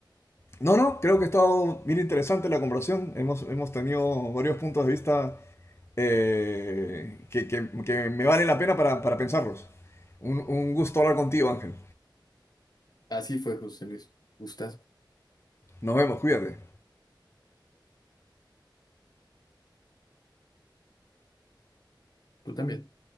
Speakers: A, on the left (about 30°); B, on the left (about 55°).
A: No, no, creo que ha estado bien interesante la conversación. Hemos, hemos tenido varios puntos de vista eh, que, que- que me vale la pena para, para pensarlos. Un, un gusto hablar contigo, Ángel.
B: Así fue, José Luis. Gustas,
A: Nos vemos, cuídate.
B: tú también.